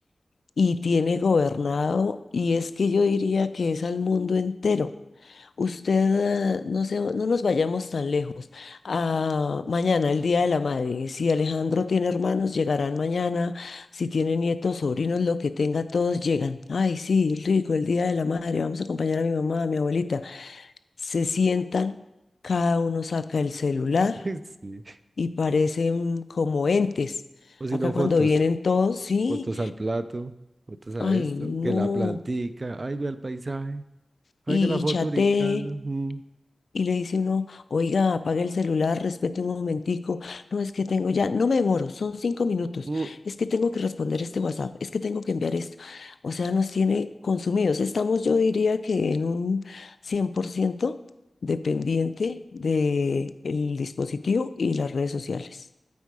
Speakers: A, on the left; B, on the right.
A: y tiene gobernado, y es que yo diría que es al mundo entero. Usted, eh, no se- no nos vayamos tan lejos. Ah, mañana, el Día de la Madre. Si Alejandro tiene hermanos, llegarán mañana. Si tiene nietos, sobrinos, lo que tenga, todos llegan. Ay, sí, rico, el Día de la Madre. Vamos a acompañar a mi mamá, a mi abuelita. Se sientan, cada uno saca el celular
B: <laughs> Sí.
A: y parecen como entes.
B: O si
A: Acá
B: no,
A: cuando
B: fotos.
A: vienen todos, sí,
B: Fotos al plato, fotos a
A: ay,
B: esto,
A: no.
B: que la plantica. Ay, vea el paisaje.
A: Y
B: Oiga la foto
A: chateé
B: brincando. mm,
A: y le dice uno, oiga, apague el celular, respete un momentico. No, es que tengo ya, no me demoro, son cinco minutos.
B: mm.
A: Es que tengo que responder este WhatsApp, es que tengo que enviar esto. O sea, nos tiene consumidos. Estamos, yo diría que en un 100% dependiente del dispositivo y las redes sociales.